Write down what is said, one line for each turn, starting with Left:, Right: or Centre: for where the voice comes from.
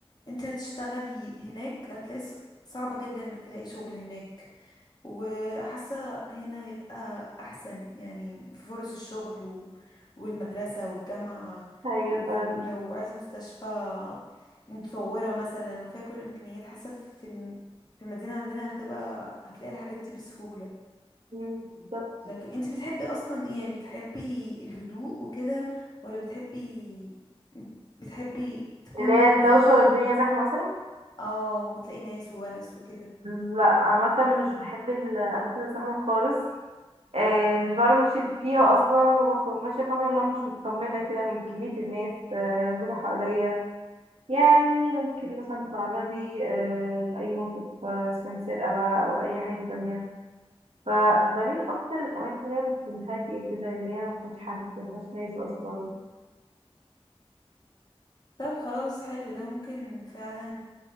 Left: انتي هتشتغلي هناك هتلاقي ص- صعبه جدا انك تلاقي شغل هناك وحاسة هنا هيبقى أحسن يعني في فرص الشغل و... والمدرسة والجامعة
Right: هي
Left: و-
Right: فعلا
Left: ولو عايزة مستشفى متطورة مثلا وفيها كل الإمكانيات حاسة في الن- في المدينة عندنا هتبقى هتلاقي الحاجات دي بسهولة
Right: مم، بالظبط
Left: لكن انت بتحبي أصلا ايه يعني بتحبي الهدوء وكده ولا بتحبي بتحبي تكون
Right: اللي هي الدوشة
Left: في
Right: والدنيا زحمة مثلا
Left: اه وتلاقي ناس وونس وكده
Right: مم، لا عامة مش بحب الأماكن الزحمة خالص آه مش بعرف امشي فيها اصلا وبكون ماشية فاهمة اللي هو مش مطمنة كده من كمية الناس آه موجودة حواليا يعني ممكن مثلا تتعرضي آه، لأي موقف آه، إذا كان سرقة بقى أو أي حاجة تانية فبميل أكتر للأماكن اللي هي بتكون هادية كده اللي هي مفيهاش حد مفيهاش ناس أصلا
Left: طب خلاص حلو ده ممكن فعلا